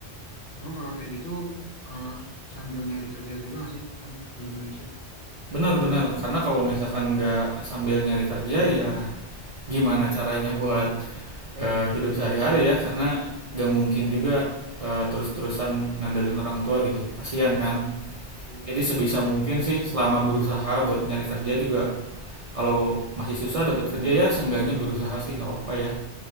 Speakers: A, on the left (about 70°); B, on the right (about 60°).
A: Cuma kalau kayak gitu eh, sambil nyari kerja juga nggak sih kan di Indonesia?
B: Benar-benar, karena kalau misalkan nggak sambil nyari kerja ya gimana caranya buat eh, hidup sehari-hari ya, karena nggak mungkin juga eh, terus-terusan ngandelin orang tua gitu, kasihan kan.
A: Hmm.
B: Jadi sebisa
A: Itu
B: mungkin
A: juga
B: sih
A: ya.
B: selama berusaha buat nyari kerja juga, kalau masih susah dapat kerja ya seenggaknya berusaha sih nggak apa-apa ya.